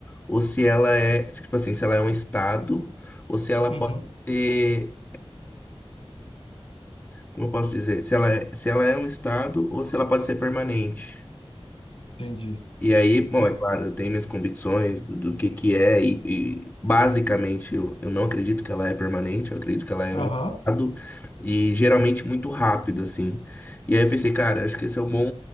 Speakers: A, on the left; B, on the left.
A: ou se ela é, tipo assim, se ela é um estado, ou se ela
B: uhum,
A: pode ter, como eu posso dizer, se ela é, se ela é um estado ou se ela pode ser permanente.
B: entendi.
A: E aí, bom,
B: E-
A: é claro, eu tenho minhas convicções do, do que que é e, e, basicamente eu, eu não acredito que ela é permanente, eu acredito que ela é
B: Aham.
A: um estado e geralmente muito rápido, assim. E aí eu pensei, cara, acho que esse é um bom,